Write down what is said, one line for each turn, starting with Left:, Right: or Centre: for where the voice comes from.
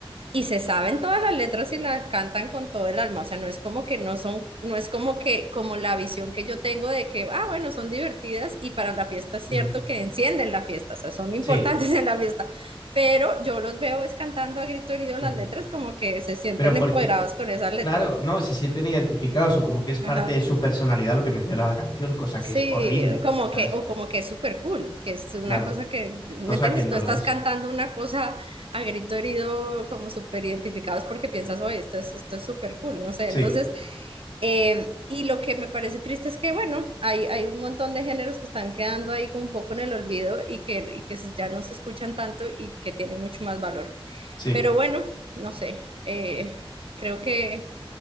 Right: y se saben todas las letras y las cantan con todo el alma, o sea, no es como que no son, no es como que, como la visión que yo tengo de que, ah, bueno, son divertidas y para la fiesta es
Left: ujú,
Right: cierto que encienden la fiesta, o sea, son importantes
Left: Sí.
Right: <laughs> en la fiesta, pero yo los veo es cantando a grito herido
Left: ujú.
Right: las letras como que se sienten
Left: Pero porque,
Right: empoderados con esas letras.
Left: claro, no, se sienten identificados o como que es parte
Right: Ajá.
Left: de su personalidad lo que menciona la canción, cosa
Right: Sí,
Left: que es horrible,
Right: como
Left: ¿sabes?
Right: que, o como que es súper cool, que es una
Left: Claro,
Right: cosa que, ¿me
Left: cosa
Right: entiendes?
Left: que no
Right: Tú estás
Left: lo es.
Right: cantando una cosa a grito herido, como súper identificados porque piensas, oye, esto es, esto es súper cool, no sé.
Left: Sí,
Right: Entonces, eh, y lo que me parece triste es que, bueno, hay, hay un montón de géneros que están quedando ahí como un poco en el olvido y que, y que ya no se escuchan tanto y que tienen mucho más valor.
Left: sí,
Right: Pero bueno, no sé, eh, creo que